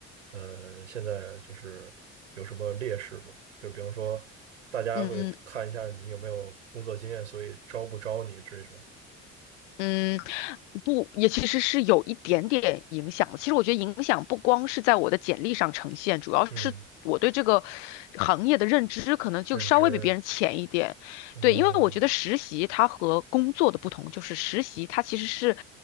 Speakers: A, on the right; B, on the left.
A: 呃，现在就是有什么劣势吗？就比方说，大家会看一下你有没有工作经验，
B: 嗯嗯。
A: 所以招不招你这种。
B: 嗯，不，也其实是有一点点影响的。其实我觉得影响不光是在我的简历上呈现，主要
A: 嗯，
B: 我对这个行业的认知可能就稍微比别人浅一点。
A: 认知，嗯
B: 对，因为我觉得实习它和工作的不同，就是实习它其实是